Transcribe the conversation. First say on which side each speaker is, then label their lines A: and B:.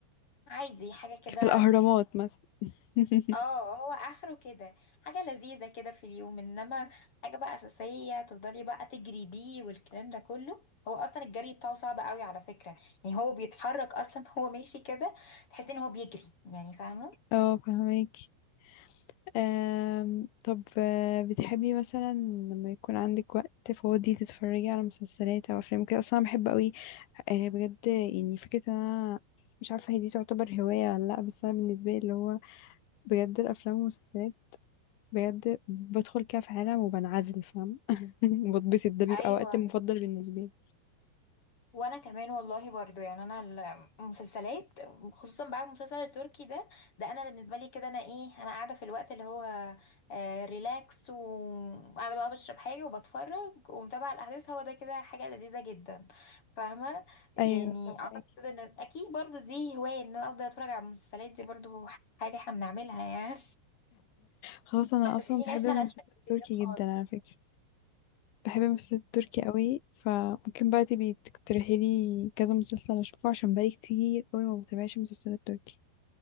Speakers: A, on the left; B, on the left.
A: عادي حاجة كده
B: في الاهرامات مثلا <laughs>
A: اه هو اخره كده حاجة لذيذة كده في اليوم انما حاجة بقى اساسية تفضلي بقى تجري بيه والكلام ده كله هو اصلا الجري بتاعه صعب قوي على فكرة يعني هو بيتحرك اصلا <laughs> هو ماشي كده تحسي ان هو بيجري يعني فاهمة
B: اه فهماكي أم... طب آه، بتحبي مثلا لما يكون عندك وقت فاضي تتفرجي على مسلسلات او افلام كده اصلا أنا بحب قوي أه بجد يعني فكره ان انا مش عارفه هي دي تعتبر هوايه ولا لا بس انا بالنسبه لي اللي هو بجد الافلام والمسلسلات بجد بدخل كده في عالم وبنعزل فاهم <laughs> بتبسط ده بيبقى
A: ايوه
B: وقت مفضل بالنسبه لي
A: وانا كمان والله برضو يعني انا المسلسلات خصوصا بقى المسلسل التركي ده ده انا بالنسبه لي كده انا ايه انا قاعده في الوقت اللي هو آه ريلاكس وقاعده بقى بشرب حاجه وبتفرج ومتابعه الاحداث هو ده كده حاجه لذيذه جدا فاهمه يعني
B: ايوه فهماكي
A: اعتقد كده ان اكيد برضو دي هوايه ان انا افضل اتفرج على المسلسلات دي برضو حاجه احنا بنعملها يعني
B: خلاص انا
A: <laughs>
B: اصلا
A: بس في ناس
B: بحب
A: ملهاش
B: المسلسل
A: في التلفزيون
B: التركي
A: خالص
B: جدا على فكرة بحب المسلسل التركي قوي فممكن بقى تبي تقترحي لي كذا مسلسل اشوفه عشان بقالي كتير قوي ما بتابعش المسلسلات التركي